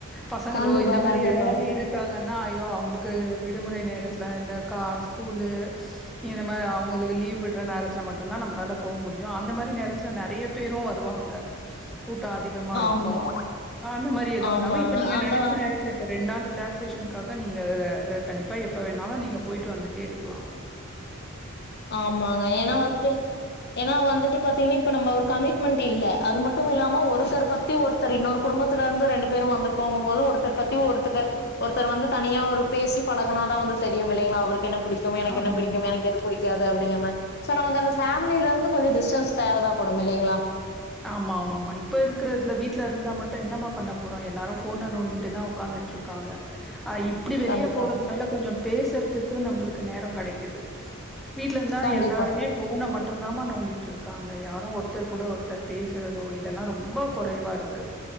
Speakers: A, in the centre; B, on the left.
A: பசங்களோ
B: கண்டிப்பா
A: இந்த மாரி
B: கண்டிப்பா
A: யாராவது இருக் இருக்காங்கன்னா ஐயோ அவுங்களுக்கு விடுமுறை நேரத்துல இந்த கா ஸ்கூலு இந்த மே அவுங்களுக்கு லீவ் விட்ற நேரத் துல மட்டுந்தா நம்ளால போவ முடியு அந்த மாரி நேரத்துல நறைய பேரு வருவாங்க கூட்ட அதிகமாருக்கோ
B: ஆமா
A: அந்த மாரி எதுவு
B: ஆமாங்க
A: இல்லாம இப்ப நீங்க
B: அந்த
A: நெனச்ச நேரத் துல இப்ப ரெண்டு நாள் ரிலாக்சேஷன்க்காக நீங்க அ கண்டிப்பா எப்போ வேண்ணாலு நீங்க போயிட்டு வந்துட்டேருக்லா
B: ஆமாங்க ஏனா வந்துட்டு ஏனா வந்துட்டு பாத்தீங்கனா இப்ப நம்ப ஒரு கமிட்மெண்ட் இல்ல அது மட்டுமில்லாம ஒரு சற்பத் த்தி ஒருத்தர் இன்னொரு குடும்பத்தல இருந்து ரெண்டு பேரு வந்துருப்பாங்கும்போது ஒருத்தர் பத்தி ஒருத்தக ஒருத்தர் வந்து தனியா ஒரு பேசி பழகனாதா வந்து தெரியு இல்லைங்ளா அவருக்கு என்ன பிடிக்கு எனக்கு
A: ஆமா
B: என்ன பிடிக்கு எனக்கு எது புடிக்காது அப்டிங்க மாரி சோ நமக்கு அந்த ஃபேமில இருந்து கொஞ்சோ டிஸ்டன்ஸ் தேவைதா படு இல்லைங்ளா
A: ஆமா ஆமா மா இப்ப இருக்கிறதுல வீட்ல இருந்தா மட்டு என்னமா பண்ண போறோ எல்லாரு போன நோண்டிட்டே தா உக்காந்துட் ருக்காங்க அ இப் இப்டி வெளியே
B: கண்டிப்பா
A: போறதுனால கொஞ்சோ பேசறதுக்கு நம்ளுக்கு நேரோ கெடைக்குது வீட்ல இந்தா
B: கண்டிப்பா
A: எல்லாருமே போன மட்டுந்தாம நோண்டிட் இருக்காங்க யாரோ ஒருத்தர் கூட ஒருத் தர் பேசுறதோ இதெல்லா ரொம்போ குறைவாருக்கு